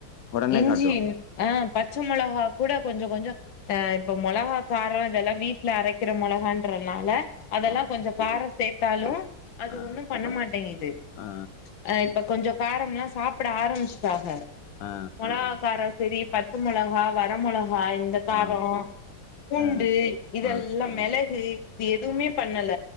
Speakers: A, on the left; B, on the left.
A: ஒடனே
B: இஞ்சி
A: காட்டு
B: ஆ பச்ச மொளக கூட கொஞ்ச கொஞ்சோ ஆ இப்ப மொளகா காரம் இதெல்லா வீட் ல அரைக்கிற மொளகன்றதனால அதெல்லா
A: ஆ
B: கொஞ்ச காரோ சேத்தாலு அது
A: ஆ
B: ஒண்ணு பண்ண மாட்டேங்குது
A: ஆ
B: ஆ இப்ப கொஞ்ச காரம்ல்லா சாப்ட ஆரம்பிச்சிடங்க
A: ஆ
B: ல்லாக்கார செரி பச்ச மொளக வர மொளக இந்த காரம்
A: ஆ
B: பூண்டு
A: ஆ
B: இதெல்லா
A: ஆ
B: மெலகு இது எதுவுமே பண்ணல